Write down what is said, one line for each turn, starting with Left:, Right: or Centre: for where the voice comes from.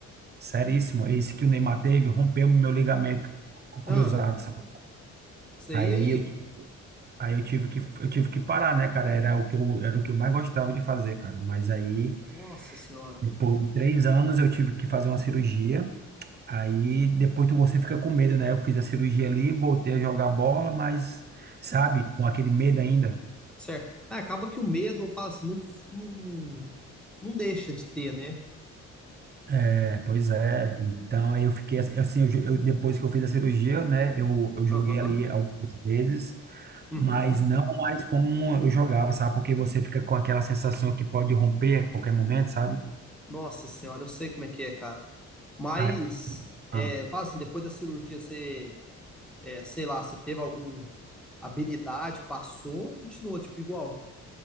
Right: seríssimo. É isso que o Neymar teve, rompeu o meu ligamento cu- cruzado,
Centre: Ah,
Right: sabe?
Centre: isso aí
Right: Aí
Centre: aí.
Right: eu, aí eu tive que, eu tive que parar, né, cara? Era o que eu, era o que eu mais gostava de fazer, cara. Mas aí,
Centre: Nossa senhora.
Right: depois de três anos, eu tive que fazer uma cirurgia. Aí, depois tu, você fica com medo, né? Eu fiz a cirurgia ali, voltei a jogar bola, mas, sabe, com aquele medo ainda.
Centre: Certo. Ah, acaba que o medo, eu falo assim, não, não, não deixa de ter, né?
Right: É, pois é, então aí eu fiquei assim, assim, eu, jo- eu- depois que eu fiz a cirurgia, né, eu, eu joguei
Centre: Aham.
Right: ali algumas vezes,
Centre: Uhum.
Right: mas não mais como eu jogava, sabe? Porque você fica com aquela sensação que pode romper a qualquer momento, sabe?
Centre: Nossa senhora, eu sei como é que é, cara. Mas,
Right: Ah,
Centre: é,
Right: ah.
Centre: eu falo assim, depois da cirurgia, você, é, sei lá, você teve alguma habilidade, passou, ou continuou, tipo, igual?